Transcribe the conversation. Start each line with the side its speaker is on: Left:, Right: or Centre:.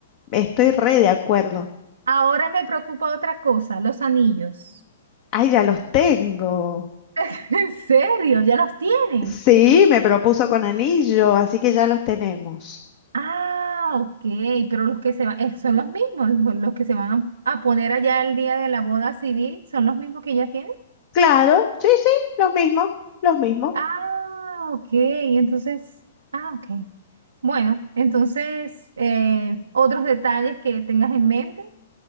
Left: Estoy re de acuerdo.
Right: Ahora me preocupa otra cosa, los anillos.
Left: Ay, ya los tengo.
Right: <laughs> ¿En serio? ¿Ya los tienes?
Left: Sí, me propuso con anillo, así que ya los tenemos.
Right: Ah, ok, pero los que se van, eh, son los mismos, los, los que se van a, a poner allá el día de la boda civil, son los mismos que ya tienen.
Left: Claro, sí, sí, los mismos, los mismos.
Right: Ah, ok, entonces, ah, ok. Bueno, entonces, eh, otros detalles que tengas en mente.